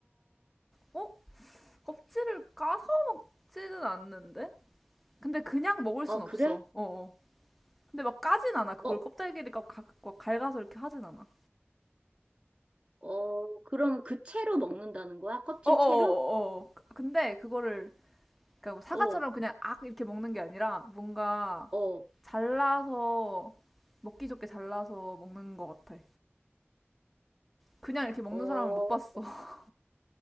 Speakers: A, in the centre; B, on the right.
A: 어, 어, 껍질을 까서 먹지는 않는데? 근데 그냥 먹을 순
B: 어,
A: 없어.
B: 그래?
A: 어, 어. 근데 막 까진 않아. 그걸
B: 어,
A: 껍데기를 가, 가, 가, 갈가서 이렇게 하진 않아.
B: 어, 그럼 그 채로 먹는다는 거야? 껍질
A: 어어어어.
B: 채로?
A: 근데 그거를 그러니까 뭐 사과처럼
B: 어,
A: 그냥 악 이렇게 먹는 게 아니라 뭔가
B: 어,
A: 잘라서 먹기 좋게 잘라서 먹는 것 같아. 그냥 이렇게 먹는
B: 어,
A: 사람을 못 봤어. <laughs>